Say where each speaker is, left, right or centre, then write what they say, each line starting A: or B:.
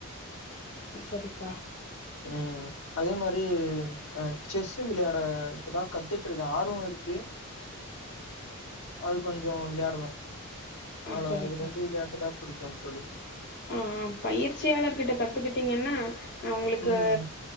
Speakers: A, on the left; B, on the left.
A: ம் சரிப்பா
B: ம் அதே மாரி அ செஸு வெளையாட இப்பதா கத்துட்ருக்கே ஆர்வ இருக்கு அது கொஞ்ச விளையாடுவே
A: ஆ
B: அவ்ள
A: சரிப்பா
B: தா இது ரெண்டு விளையாட்டுதா புடிக்கு தோழி
A: ஆ பயிற்சியாளர்கிட்ட கத்துக்கிட்டீங்கன்னா ஒங்ளுக்கு
B: ம் ம்